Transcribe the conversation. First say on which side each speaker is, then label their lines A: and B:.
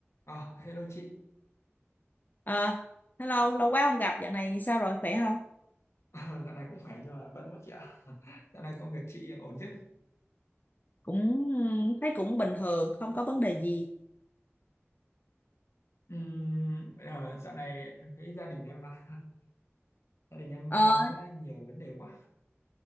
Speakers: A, on the left; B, on the left.
A: À, hello chị.
B: À, hello, lâu quá không gặp, dạo này sao rồi, khỏe không?
A: <laughs> Dạo này cũng khỏe nhưng mà bận quá chị ạ. Dạo này công việc chị ổn chứ?
B: Cũng thấy cũng bình thường, không có vấn đề gì.
A: Ừm, bây dạo này em thấy gia đình em mà <laughs> gia đình em
B: Ờ,
A: có nhiều vấn đề quá.